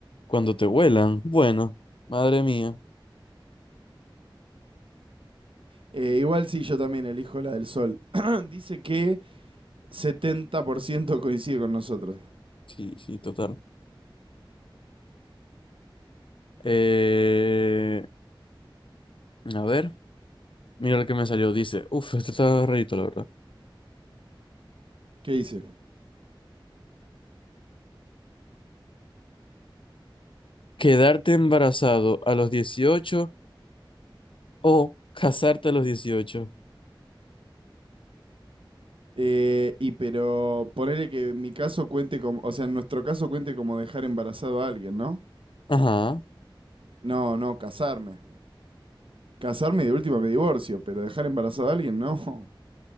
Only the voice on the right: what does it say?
Eh, igual sí, yo también elijo la del sol. <clears throat> Dice que 70% coincide con nosotros.
¿Qué dice?
Eh, y pero ponele que mi caso cuente como, o sea, en nuestro caso cuente como dejar embarazado a alguien, ¿no?
No, no, casarme. Casarme y de última me divorcio, pero dejar embarazado a alguien, no.